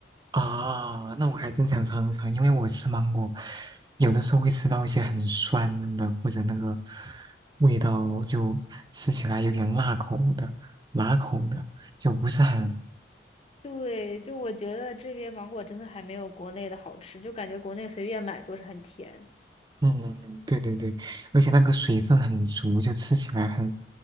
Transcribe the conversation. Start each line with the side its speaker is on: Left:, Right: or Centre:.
Right: 啊，那我还真想尝一尝，因为我吃芒果，有的时候会吃到一些很酸的，或者那个味道就吃起来有点辣口的、辣口的，就不是很……
Left: 对，就我觉得这边芒果真的还没有国内的好吃，就感觉国内随便买都是很甜。
Right: 嗯，对对对，而且那个水分很足，就吃起来很